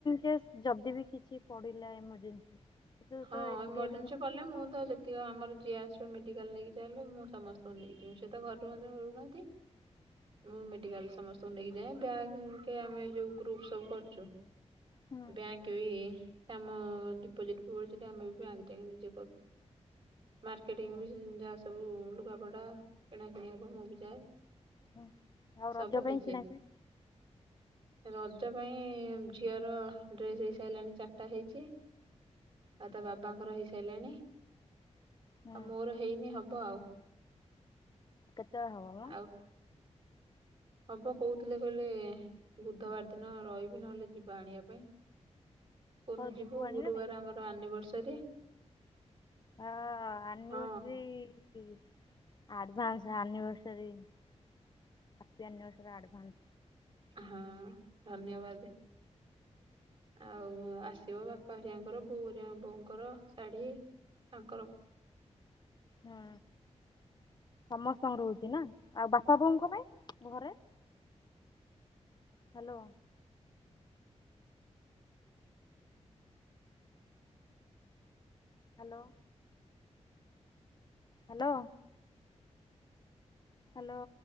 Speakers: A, on the left; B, on the right.
A: ସେ ଯଦି ବି କିଛି ପଡିଲା ଏମର୍ଜେନ୍ସି ତୁ
B: ହଁ
A: ତ ଏକୁଟିଆ
B: ଏମର୍ଜେନ୍ସି
A: ବି ଯାଇକି
B: ପଲେ
A: କଣ
B: ମୁଁ ତ ଆମର ଯିଏ ଆସିବ ମେିକାଲ ନେଇକି ଚାହିଁଲେ ମୁଁ ସମସ୍ତଙ୍କୁ ନେଇକି ଯିବି ସେ ତ ଘରୁ ମଧ୍ୟ ରୁନାହାନ୍ତି।
A: ହ
B: ମୁଁ ମେଡିକାଲ ସମସ୍ତଙ୍କୁ ନେଇକିଯାଏ ବ୍ୟାଙ୍କେ ଆମେ ଯୋଉ ଗ୍ରୁପ ସବୁ କରୁଛୁ।
A: ହୁଁ
B: ବ୍ୟାଙ୍କେ ବି କାମ ଡିପୋଜିଟି। <inaudible> ଆମେ ବି ବ୍ୟାଙ୍କ ଟେକେ ନିଜେ କରୁଛୁ ମାର୍କେଟିଙ୍ଗି
A: ହୁଁ
B: ବି ଯା ସବୁ ଲୁଗାପଟା କିଣାକିଣି ହେବ ମୁଁ ବି ଯାଏ।
A: ହୁଁ। ଆଉ
B: ସବୁ
A: ରଜ ପାଇଁ
B: ନିଜେ।
A: କିଣାକିଣି
B: ରଜ ପାଇଁ ଝିଅର ଡ୍ରେସ ହେଇସାରିଲାଣି ଚାରିଟା ହେଇଛି। ଆଉ ତା ବାବାଙ୍କର ହେଇସାରିଲାଣି
A: ହୁଁ
B: ଆଉ ମୋର ହେଇନି ହବ ଆଉ।
A: କେତେବେଳେ ହବ ବା।
B: ଆଉ ହବ କହୁଥିଲେ କହିଲେ ବୁଧବାର ଦିନ ରହିବି ନହେଲେ ଯିବା ଆଣିବା ପାଇଁ। କୋଉ ଦିନ
A: ହଉ
B: ଯିବୁ
A: ଆଣିବା
B: ଗୁରୁବାର
A: ପାଇଁ
B: ଆମର ଆନିଭର୍ସରୀ।
A: ହଁ ଆନିଭରସରି।
B: ହଁ
A: ହୁଁ advance anniversary happy anniversary advance.
B: ହଁ ଧନ୍ୟବାଦେ। ଆଉ ଆସିବ ବାପା ହେରିକାଙ୍କର ବୋଉ ହେରିକା ବୋଉଙ୍କର ଶାଢ଼ୀ ତାଙ୍କର।
A: ହୁଁ ସମସ୍ତଙ୍କର ରହୁଛି ନା ଆଉ ବାପା, ବୋଉଙ୍କ ପାଇଁ ଘରେ। ହାଲୋ। ହାଲୋ। ହାଲୋ। ହାଲୋ।